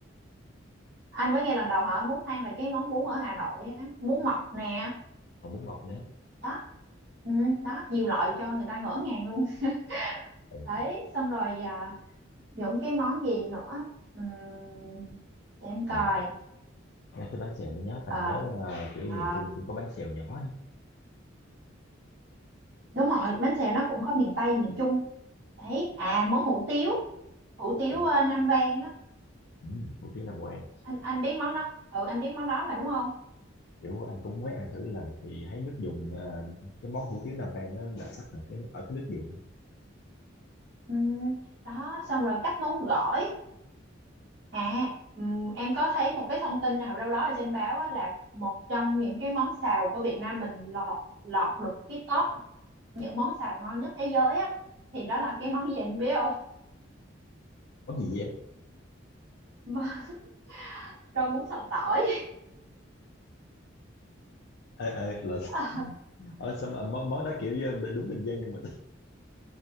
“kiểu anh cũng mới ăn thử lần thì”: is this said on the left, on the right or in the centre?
Left